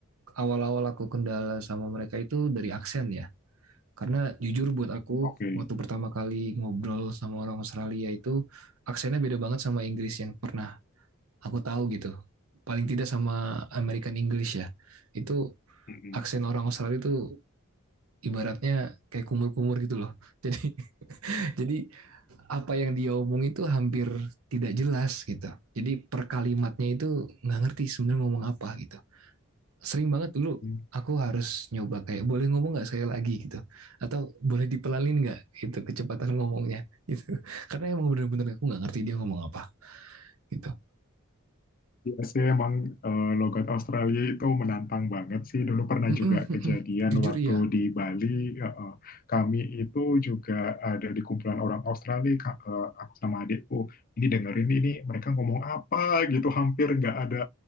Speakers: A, on the right; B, on the left.
A: awal-awal aku kendala sama mereka itu dari aksen ya. Karena jujur buat aku,
B: Oke.
A: waktu pertama kali ngobrol sama orang Australia itu, aksennya beda banget sama Inggris yang pernah aku tahu gitu. Paling tidak sama American English ya. Itu
B: Mm-mm.
A: aksen orang Australia itu ibaratnya kayak kumur-kumur gitu loh. <laughs> Jadi jadi apa yang dia omong itu hampir tidak jelas gitu. Jadi per kalimatnya itu nggak ngerti sebenarnya ngomong apa gitu. sering banget dulu
B: <laughs>
A: aku harus nyoba kayak boleh ngomong nggak sekali lagi gitu atau boleh dipelanin nggak gitu kecepatan ngomongnya gitu <laughs> karena emang bener-bener aku nggak ngerti dia ngomong apa gitu
B: Iya sih emang eh, logat Australia itu menantang banget sih. Dulu pernah
A: mm
B: juga
A: -mm, mm
B: kejadian
A: -mm. jujur
B: waktu
A: iya
B: di Bali, eh, eh, kami itu juga ada di kumpulan orang Australia, Ka- eh, aku sama adikku. Ini dengerin ini, mereka ngomong apa gitu, hampir nggak ada